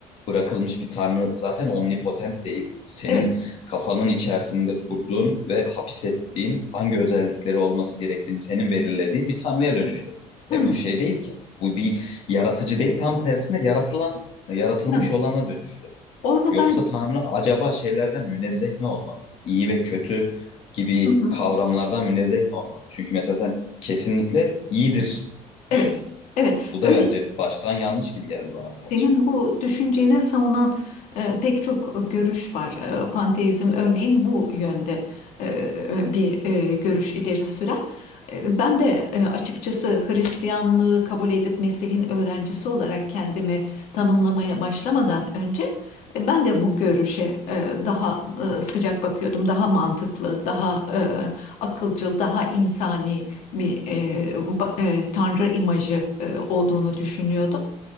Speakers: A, on the left; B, on the left.
A: bırakılmış bir Tanrı zaten omnipotent değil. Senin
B: evet
A: kafanın içerisinde kurduğun ve hapis ettiğin hangi özellikleri olması gerektiğini senin belirlediğin bir tanrıya dönüştü.
B: Hı,
A: Ya bu şey değil ki. Bu bir yaratıcı değil, tam tersine yaratılan, yaratılmış
B: hı.
A: olana dönüştü.
B: Orada
A: Yoksa
B: ben
A: tanrı acaba şeylerden münezzeh mi olmalı? İyi ve kötü gibi
B: hı hı,
A: kavramlardan münezzeh mi olmalı? Çünkü mesela sen kesinlikle iyidir
B: evet
A: diyorsun.
B: evet
A: Bu
B: öyle
A: da bence baştan yanlış gibi geldi bana bu tartışma.
B: Senin bu düşünceni savunan e, pek çok görüş var. E, panteizm örneğin bu yönde e, bir e, görüş ileri sürer. E, ben de e, açıkçası Hristiyanlığı kabul edip Mesih'in öğrencisi olarak kendimi tanımlamaya başlamadan önce e, ben de bu görüşe e, daha e, sıcak bakıyordum. Daha mantıklı, daha e, akılcıl, daha insani bir e, ba- e, tanrı imajı e, olduğunu düşünüyordum.